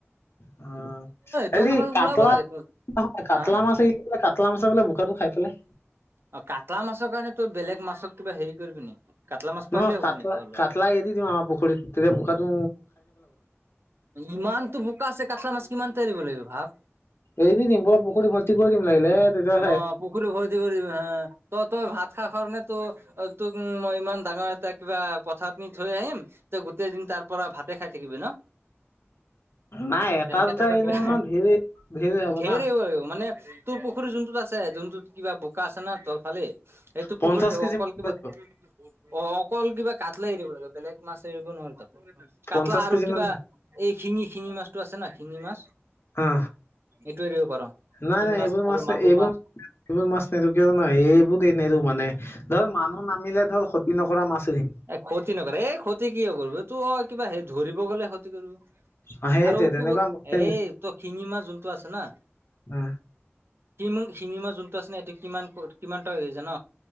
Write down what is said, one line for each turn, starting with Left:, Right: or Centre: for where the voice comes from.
Left: অ, হেৰি
Right: তহঁতৰ ফালে
Left: কাটলা
Right: ওলাব লাগে তো
Left: কাটলা
Right: হা
Left: মাছ <unintelligible> কাটলা মাছে বোলে বোকাটো খাই পেলাই?
Right: অ কাটা মাছৰ কাৰণে তই বেলেগ মাছক কিবা হেৰি কৰিবি নেকি? কাটলা মাছ পাৰিলেই
Left: নহ
Right: হ'ব
Left: কাটলা
Right: নেকি অলপ?
Left: কাটলা এৰি দিওঁ আৰু পুখুৰীত, তেতিয়া বোকাতো
Right: ইমানটো বোকা আছে কাটলা মাছ কিমানতা এৰিব লাগিব ভাব।
Left: এৰি দি দিম পুৰা পুখুৰী ভৰ্তি কৰি দিম লাগিলে। তেতিয়া
Right: অ, পুখুৰী ভৰ্তি কৰি হ ত তই ভাত খা কাৰণে তো অ, তোক মই ইমান ডাঙৰ এটা কিবা পথাৰ নি থৈ আহিম তই গোটেই দিন তাৰ পৰা ভাতে খাই থাকিবি ন?
Left: নাই এটা
Right: তেনেকা
Left: দুটা
Right: টাইপৰ
Left: এৰি
Right: কিবা,
Left: দিম নহয় ধেৰ হ'ব
Right: ধেৰ
Left: না
Right: এৰিব লাগিব মানে তোৰ পুখুৰী যোনটোত আছে যোনটোত কিবা বোকা আছে না তলফালে সেইটো
Left: পঞ্চাশ
Right: পুখুৰীত
Left: কেজি
Right: অকল
Left: মান
Right: কিবা,
Left: লাগিব,
Right: অ অকল কিবা কাটলাই এৰিব লাগে। বেলেগ মাছ এৰিব নোৱাৰো তাত,
Left: পঞ্চাশ
Right: কাতলা আৰু
Left: কেজি
Right: কিবা
Left: মান
Right: এই শিঙি শিঙি মাছটো আছে না শিঙি মাছ।
Left: হা
Right: এইটো এৰিব পাৰ,
Left: নাই
Right: ছিঙি
Left: নাই
Right: মাছ
Left: এইবোৰ
Right: আৰু
Left: এইবোৰ
Right: মাগুৰ মাছ
Left: এইবোৰ মাছ নেৰু কিয় জান, এইবোৰ নেৰু মানে। ধৰ মানুহ নামিলে ধৰ ক্ষতি নকৰা মাছ এৰিম।
Right: এ ক্ষতি নকৰে এই ক্ষতি কিয় কৰিব এইতো অ, কিবা হেৰি ধৰিব গ'লে ক্ষতি আৰু
Left: অ সেইটোৱে তেনেকুৱা
Right: ক
Left: মাছে
Right: এই তোৰ শিঙি মাছ যোনটো আছে না
Left: আহ।
Right: শিম শিঙিমাছ যোনটো আছে না ইটো কিমান ক কিমান টকা হৈ আছে জান?